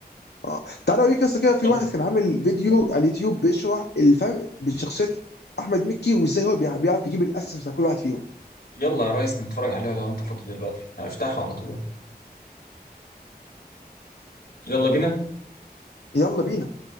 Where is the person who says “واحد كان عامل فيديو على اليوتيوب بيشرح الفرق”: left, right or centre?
Left